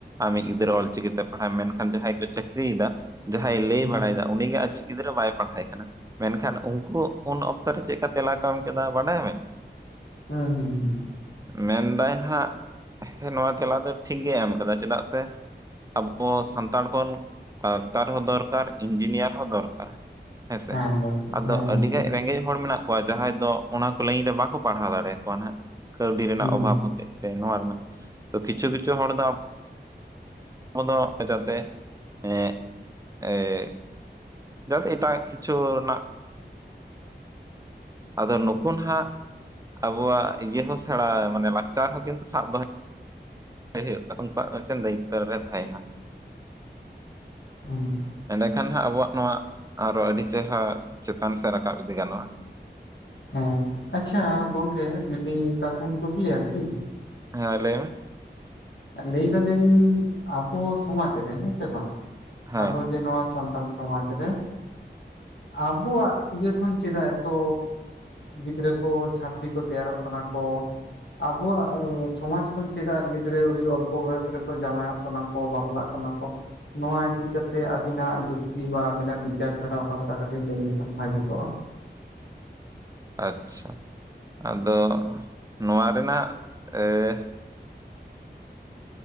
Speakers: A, on the right; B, on the left.
A: ᱟᱢᱤᱡ ᱜᱤᱫᱽᱟᱹᱨᱟᱹ ᱚᱞᱪᱤᱠᱤᱛᱮ ᱯᱟᱲᱦᱟᱢ ᱢᱮᱱᱠᱷᱟᱱ ᱡᱟᱦᱟᱸᱭ ᱠᱚ ᱪᱟᱹᱠᱨᱤᱭᱮᱫᱟ, ᱡᱟᱦᱟᱸᱭᱮ ᱞᱟᱹᱭ
B: ᱦᱮᱸ
A: ᱵᱟᱲᱟᱭᱮᱫᱟ ᱩᱱᱤᱜᱮ ᱟᱡᱤᱡ ᱜᱤᱫᱽᱨᱟᱹ ᱵᱟᱭ ᱯᱟᱲᱦᱟᱣ ᱮ ᱢᱮᱱᱠᱷᱟᱱ ᱩᱱᱠᱩ ᱩᱱ ᱚᱠᱛᱚᱮ ᱪᱮᱫ ᱠᱟ ᱛᱮᱞᱟ ᱠᱚ ᱮᱢ ᱠᱮᱫᱟ ᱵᱟᱰᱟᱭᱟ ᱵᱮᱱ,
B: ᱦᱮᱸ ᱦᱩᱸ ᱦᱩᱸ
A: ᱢᱮᱱᱫᱟᱭ ᱱᱦᱟᱜ ᱱᱚᱣᱟ ᱛᱮᱞᱟ ᱫᱚ ᱴᱷᱤᱠ ᱜᱮᱭ ᱮᱢ ᱠᱟᱫᱟ ᱪᱮᱫᱟᱜ ᱥᱮ‌, ᱵ ᱥᱟᱱᱛᱟᱲ ᱠᱷᱚᱱ ᱰᱟᱠᱛᱟᱨ ᱦᱚᱸ ᱫᱚᱨᱠᱟᱨ ᱤᱧᱡᱤᱱᱤᱭᱟᱨ ᱦᱚᱸ ᱫᱚᱨᱠᱟᱨ ᱦᱮᱸᱥᱮ,
B: ᱦᱮᱸ ᱜᱚᱝᱠᱮ
A: ᱟᱫᱚ
B: ᱦᱮᱸ ᱦᱮᱸ
A: ᱟᱹᱰᱤᱜᱟᱡ
B: ᱴᱷᱤᱠ
A: ᱨᱮᱸᱜᱮᱡ ᱦᱚᱲ ᱢᱮᱱᱟᱜ ᱠᱚᱣᱟ ᱡᱟᱦᱟᱸᱭ ᱫᱚ ᱚᱱᱟ ᱠᱚ ᱞᱟᱹᱭᱤᱱ ᱨᱮ ᱵᱟᱠᱚ ᱯᱟᱲᱦᱟᱣ ᱫᱟᱲᱮᱭ ᱠᱚᱣᱟ ᱱᱦᱟᱸᱜ, ᱠᱟᱹᱣᱰᱤ ᱨᱮᱱᱟᱜ
B: ᱦᱩᱸ
A: ᱚᱵᱷᱟᱵ ᱦᱚᱛᱮᱡ ᱛᱮ ᱱᱚᱣᱟ ᱨᱮᱱᱟᱜ ᱛᱚ ᱠᱤᱪᱷᱩ ᱠᱤᱪᱷᱩ ᱦᱚᱲ ᱫᱚ ᱟᱵ ᱟᱵᱚ ᱫᱚ ᱡᱟᱛᱮ ᱮ ᱮᱸᱻ ᱡᱟᱛᱮ ᱮᱴᱟᱜ ᱠᱤᱪᱷᱩ ᱨᱮᱱᱟᱜ ᱟᱫᱚ ᱱᱩᱠᱩᱱ ᱦᱟᱸᱜ ᱟᱵᱚᱣᱟᱜ ᱤᱭᱟᱹ ᱦᱚᱸ ᱥᱮᱬᱟ ᱢᱟᱱᱮ ᱞᱟᱠᱪᱟᱨ ᱦᱚᱸ ᱠᱤᱱᱛᱩ ᱥᱟᱵ ᱫᱚᱦᱚᱭ ᱦᱩᱭᱩᱜ ᱛᱚ ᱩᱱᱠᱩᱣᱟᱜ ᱢᱤᱫᱴᱮᱱ ᱫᱟᱭᱤᱛᱛᱚ ᱨᱮ ᱛᱟᱦᱮᱭᱱᱟ᱾
B: ᱦᱩᱸ
A: ᱮᱸᱰᱮᱠᱷᱟᱱ ᱦᱟᱸᱜ ᱟᱵᱚᱣᱟᱜ ᱱᱚᱣᱟ ᱟᱨᱚ ᱟᱹᱰᱤ ᱪᱮᱦᱨᱟ ᱪᱮᱛᱟᱱ ᱥᱮᱫ ᱨᱟᱠᱟᱵ ᱤᱫᱤ ᱜᱟᱱᱚᱜ-ᱟ᱾
B: ᱦᱮᱸ ᱟᱪᱪᱷᱟ ᱜᱚᱝᱠᱮ ᱢᱤᱫᱴᱤᱡ ᱠᱟᱛᱷᱟᱧ ᱠᱩᱠᱞᱤᱭᱟ ᱠᱤ?
A: ᱦᱮᱸ ᱞᱟᱹᱭ ᱢᱮ?
B: ᱞᱟᱹᱭᱫᱟᱞᱤᱧ ᱟᱵᱚ ᱥᱚᱢᱟᱡᱽ ᱨᱮ ᱦᱮᱸ ᱥᱮ ᱵᱟᱝ
A: ᱦᱮᱸ
B: ᱟᱵᱚ ᱡᱮ ᱱᱚᱣᱟ ᱥᱟᱱᱛᱟᱞ ᱥᱚᱢᱟᱡ ᱨᱮ ᱟᱵᱚᱣᱟᱜ ᱤᱭᱟᱹ ᱠᱷᱚᱱ ᱪᱮᱫᱟᱜ ᱮᱛᱚ ᱜᱤᱫᱽᱨᱟᱹ ᱠᱚ ᱪᱷᱟᱹᱯᱨᱤ ᱠᱚ ᱛᱮᱭᱟᱨᱚᱜ ᱠᱟᱱᱟ ᱠᱚ᱾ ᱟᱵᱚᱣᱟᱜ ᱥᱚᱢᱟᱡ ᱠᱷᱚᱱ ᱪᱮᱫᱟᱜ <inaudible> <inaudible> ᱟᱹᱰᱤ ᱚᱞᱯᱚ ᱵᱚᱭᱚᱥ ᱨᱮᱠᱚ ᱡᱟᱶᱟᱭᱚᱜ ᱠᱟᱱᱟ ᱠᱚ ᱵᱟᱯᱞᱟᱜ ᱠᱟᱱᱟ ᱠᱚ᱾ ᱱᱚᱣᱟ ᱤᱫᱤ ᱠᱟᱛᱮᱜ ᱟᱵᱤᱱᱟᱜ ᱡᱩᱠᱛᱤ ᱵᱟ ᱟᱵᱤᱱᱟᱜ ᱵᱤᱪᱟᱨ ᱫᱷᱟᱨᱟ ᱚᱠᱟ ᱞᱮᱠᱟ ᱠᱟᱹᱴᱤᱡ ᱞᱟᱹᱭ ᱞᱮᱠᱷᱟᱱ ᱵᱷᱟᱜᱤ ᱠᱚᱜᱼᱟ᱾
A: ᱟᱪᱪᱷᱟ, ᱟᱫᱚ ᱱᱚᱣᱟ ᱨᱮᱱᱟᱜ ᱮ